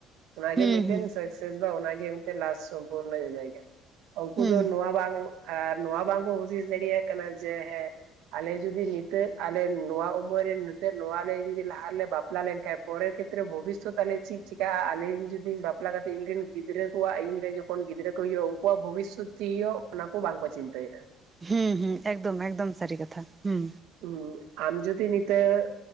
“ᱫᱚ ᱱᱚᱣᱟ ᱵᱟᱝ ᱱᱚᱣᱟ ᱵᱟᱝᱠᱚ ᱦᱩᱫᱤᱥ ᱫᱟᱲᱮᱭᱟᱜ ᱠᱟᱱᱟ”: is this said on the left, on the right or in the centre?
Right